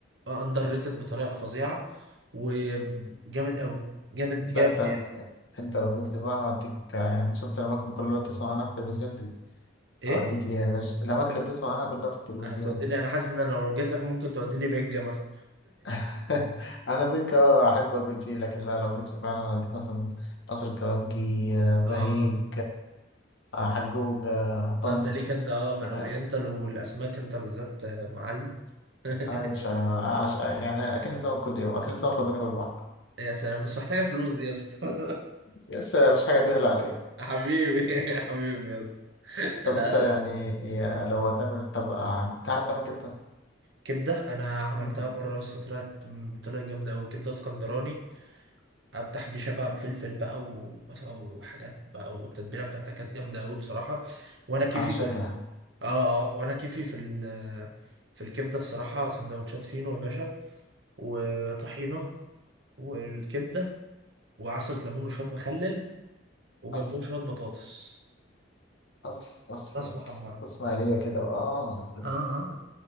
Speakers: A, on the right; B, on the left.
A: اندر ريتد بطريقة فظيعة وجامد قوي جامد جامد
B: لا انت
A: يعني
B: انت لو جيت لي بقى هوديك يعني شفت الاماكن كلها اللي بتسمع عنها في التلفزيون دي
A: ايه
B: هوديك ليها يا باشا الاماكن اللي بتسمع عنها كلها في التلفزيون
A: هتوديني
B: دي
A: انا حاسس ان انا لو جيت لك ممكن توديني بيجا مثلا
B: <laughs> انا بيك اه احب اكل فيه لكن لا لو جيت لي فعلا هوديك مثلا قصر الكبابجي
A: <laughs>
B: آه، بهيج
A: اه
B: آه، حجوج آه، طنط
A: آه، انت ليك انت اه في
B: فاهم؟
A: الاورينتال والاسماك انت بالذات آه، معلم <laughs>
B: اه يا باشا عش... يعني اكلنا سمك كل يوم اكلنا سمك كل يوم في البحر
A: يا سلام بس محتاجه فلوس دي يا اسطى
B: يا باشا مفيش حاجه تغلى عليك
A: <laughs> حبيبي <laughs> حبيبي يا اسطى
B: طب
A: لا
B: انت يعني
A: لا
B: يا- لو هتعمل طب آه، تعرف تعمل كبده؟
A: كبده انا عملتها
B: مم.
A: مره يا اسطى طلعت طلعت جامده قوي كبده اسكندراني افتح بيشه بقى بفلفل بقى وبصل وحاجات بقى والتتبيله بتاعتها كانت جامده قوي بصراحه وانا كيفي
B: اعشقها
A: في ال... اه اه وانا كيفي في ال... في الكبده الصراحه سندوتشات فينو يا باشا وطحينه والكبده وعصرة ليمون وشوية مخلل وجنبهم
B: اصلا
A: شوية بطاطس
B: اصل اصل
A: بطاطس
B: اصل
A: محمرة
B: اسماعيليه كده اه
A: اه اه